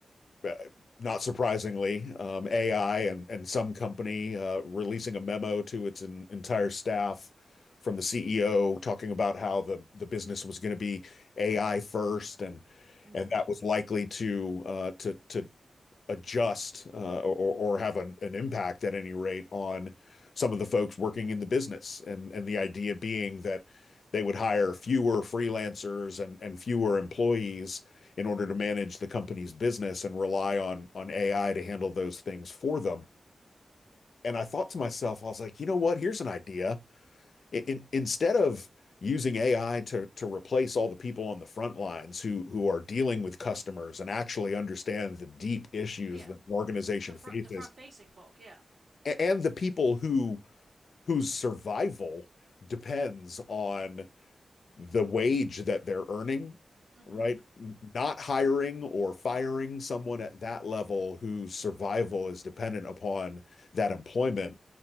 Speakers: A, on the left; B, on the right.
A: uh, not surprisingly, um, AI and, and some company uh, releasing a memo to its en- entire staff from the CEO talking about how the, the business was going to be AI first and
B: Mm-hmm.
A: and that was likely to uh, to to adjust uh, or or have an, an impact at any rate on some of the folks working in the business. And and the idea being that they would hire fewer freelancers and and fewer employees in order to manage the company's business and rely on on AI to handle those things for them. And I thought to myself, I was like, you know what? Here's an idea in, instead of using AI to to replace all the people on the front lines who who are dealing with customers and actually understand the deep issues
B: Yeah.
A: that an organization
B: The front
A: faces,
B: the front facing folk, yeah.
A: and the people who whose survival depends on the wage that they're earning,
B: Mm-hmm.
A: right? Not hiring or firing someone at that level whose survival is dependent upon that employment.